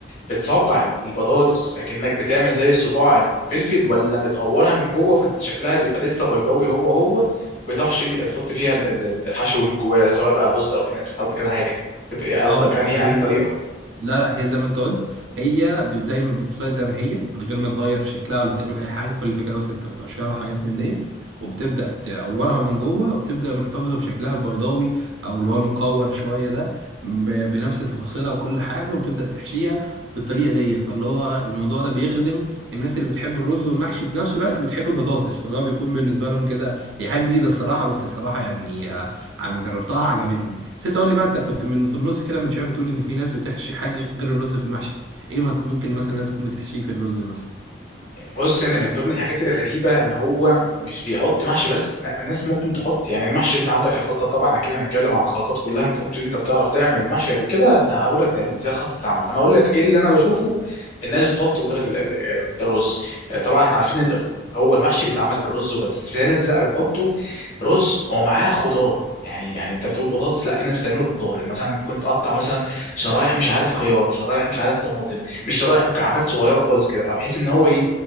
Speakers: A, on the left; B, on the right.
A: بتصبع البطاطس اكنك بتعمل زي صباع الفلفل ولا بتقورها من جوه فشكلها بيبقى لسه بيضاوي هو هو وبتحشي بي- بتحط فيها ال- ال- الحشو من جواها سواء بقى رز او في ناس بتحط كذا حاجه تبقى قصدك
B: اه لا
A: انهي
B: هو
A: انهي طريقه
B: لا لا هي زي ما انت قلت هي ب- زي ما بتصير زي ما هي من غير ما تغير شكلها ولا تعمل اي حاجه كل فكره بس انت بتقشرها وحاجات من دي وبتبدا تقورها من جوه وبتبدا محتفظه بشكلها البيضاوي او اللي هو المقور شويه ده ب- بنفس تفاصيلها وكل حاجه وبتبدا تحشيها بالطريقه دي فاللي هو الموضوع ده بيخدم الناس اللي بتحب الرز والمحشي وفي نفس الوقت بتحب البطاطس فاللي هو بيكون بالنسبه لهم كده هي حاجه جديده الصراحه بس الصراحه يعني عم جربتها عجبتني بس انت قول لي بقى انت كنت من في النص كده من شويه بتقول ان في ناس بتحشي حاجه غير الرز في المحشي ايه مت- ممكن مثلا ناس تكون بتحشيه في الرز مثلا
A: بص ان من ضمن الحاجات الغريبه ان هو مش بيحط محشي بس لا الناس ممكن تحط يعني المحشي انت عندك الخلطه طبعا اكيد هنتكلم عن الخلطات كلها انت قلت لي انت بتعرف تعمل المحشي قبل كده انت هقول لك تعمل ازاي الخلطه بتتعمل فانا اقول لك ايه اللي انا بشوفه الناس بتحطه غير ال- ال- ال- الرز آه، طبعا احنا عارفين ان هو المحشي بيتعمل بالرز وبس في ناس لا بتحطه رز ومعاه خضار يعني يعني انت بتقول بطاطس لا في ناس بتعمله بخضار يعني مثلا ممكن تقطع مثلا شرايح مش عارف خيار شرايح مش عارف طماطم مش شرايح مكعبات صغيره خالص كده فبحيث ان هو ايه